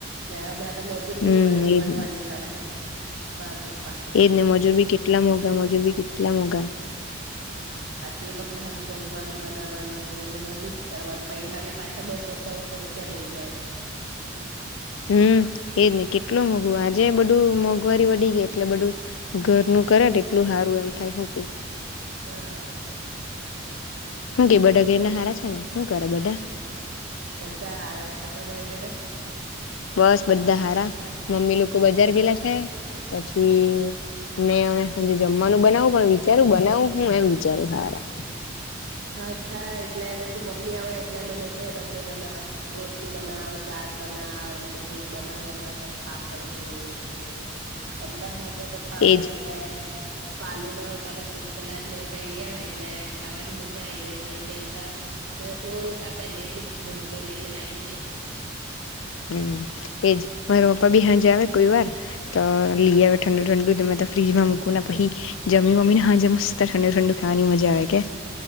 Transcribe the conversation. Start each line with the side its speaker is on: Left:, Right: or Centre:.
Right: હમણાં મજૂર
Left: હમ
Right: બી
Left: એજ
Right: મળવાની કરે બાદરૂમ
Left: એજ ને મજૂર ભી કેટલા મોઘા મજૂર ભી કેટલા મોઘા
Right: હ પાછું એ લોકોને હજુ જમવાનું બનાવવાનું ને બધું જ કરવાનું પૈ હ પાછ બસો ત્રણસો રૂપિયા લઈ જાય.
Left: હમ એજ નહી કેટલું મોંઘવું આજે બધું મોંઘવારી વડીી ગઈ એટલે બધું ઘરનું કર્યા એટલું સારું એમ થાય હું પ
Right: <inaudible>
Left: હું કે બડાા ઘેરના હારા છે ને શું કર બધા
Right: હા બધા હડા છે તમારી ઘરે.
Left: બસ બધા સારા મમ્મી લોકો બજાર ગયેલા છે પછી. મે જમવાનું બનાવું પણ વિચારું બનાવું હું એમ વિચારું હારા.
Right: હા થાય એટલે પછી મમ્મી આવે એટલે મને કે રસોઈ બનાવ રોટલી બનાવ. શાક બનાવ ને બધું. બનાવ બનાવ પાપડ હેને બધું એમ તો હા પપ્પા હોય
Left: એજ
Right: એટલે ફાલૂદો કાતો ફૂટ સલાદ ને એવુ કઈ લયા હોય એટલે ખાવાની મજા આઈ જાય મારી બેન તો મને થોડુંક આપે ને એટલે ઘરને લઈને નાહી જાય
Left: હમ એજ. મારા પપ્પા બી હાજે આવે કોઈ વાર તો લઈ આવે ઠંડુ ઠંડુ ફ્રીજમાં મૂકું પછી જમી ને હાંજે મસ્ત સસ્તા ઠંડુ ઠંડુ ખાવાની મજા આવે કે